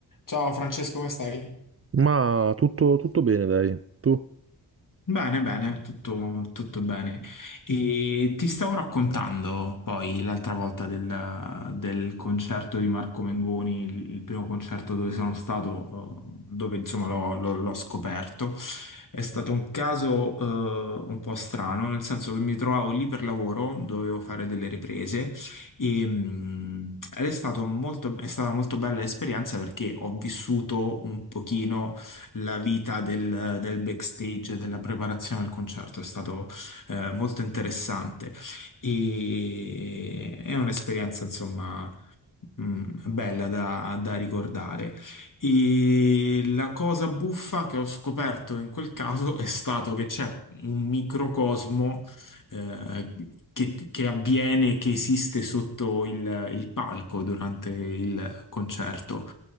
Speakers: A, on the left; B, on the right.
A: Ciao Francesco, come stai?
B: Ma tutto, tutto bene, dai. Tu?
A: Bene, bene, tutto, tutto bene. E ti stavo raccontando poi l'altra volta del, del concerto di Marco Mengoni, il, il primo concerto dove sono stato, eh, dove insomma l'ho l'ho- l'ho scoperto. È stato un caso, eh, un po' strano, nel senso che mi trovavo lì per lavoro, dovevo fare delle riprese e, mm, ed è stato molto, è stata molto bella l'esperienza perché ho vissuto un pochino la vita del, del backstage, della preparazione al concerto, è stato eh, molto interessante e è un'esperienza, insomma, Mm, bella da, da ricordare. E la cosa buffa che ho scoperto in quel caso è stato che c'è un microcosmo eh, che, che avviene, che esiste sotto il, il palco durante il concerto.